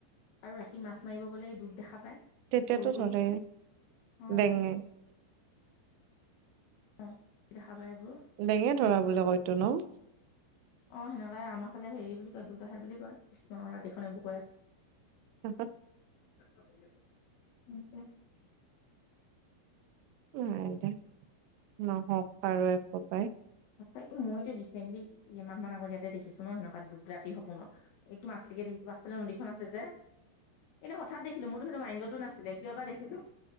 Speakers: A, on the left; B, on the right.
A: আৰু ৰাতি মাছ মাৰিব গ'লে দূত দেখা পায়,
B: তেতিয়াতো
A: সৰু সৰু,
B: ধৰে
A: অ'।
B: বেঙে
A: অ' দেখা পাই সেইবোৰ।
B: ডেঙে ধৰা বুলা কয়তো ন'?
A: অ' সেনেকাই আমাৰ ফালে হেৰি বুলি কয় দুত আহে বুলি কয়। কৃষ্ণ ৰাতিখন এইবোৰ কৈ আছোঁ।
B: <inaudible>
A: <unintelligible>
B: নাই দে, নহওক বাৰু একোপাই।
A: সচা এ, মইতো ৰিচেণ্টলি এমাহ মান আগত ইয়াতে দেখিছোঁ ন' সেনেকুৱা দুত ৰাতি সপোনত। একদম আছলিকে দেখিছোঁ, পাছফালে নদীখন আছে যে এনে হঠাৎ দেখো মোৰটো সেইটো মায়ণ্ডতো নাছিলে কিয় বা দেখিলো?